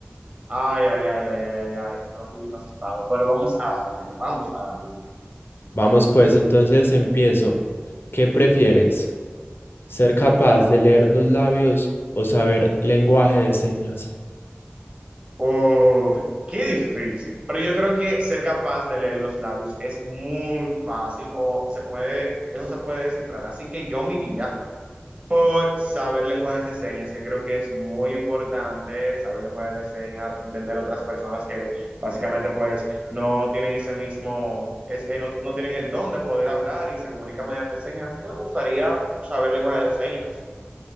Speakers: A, on the right; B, on the left.
A: Ay, ay, ay, ay, ay, ay, ay, estoy un poquito asustado, pero vamos a darle, vamos a darle.
B: Vamos pues, entonces empiezo. ¿Qué prefieres? ¿Ser capaz de leer los labios o saber lenguaje de señas?
A: Uf, qué difícil. Pero yo creo que ser capaz de leer los labios es muy fácil o se puede, eso se puede descifrar. Así que yo me iría por saber lenguajes de señas, que creo que es muy importante saber lenguajes de señas, entender a otras personas que básicamente pues no tienen ese mismo, es, eh, no, no tienen el don de poder hablar y se comunican mediante señas. Así que me gustaría saber lenguajes de señas.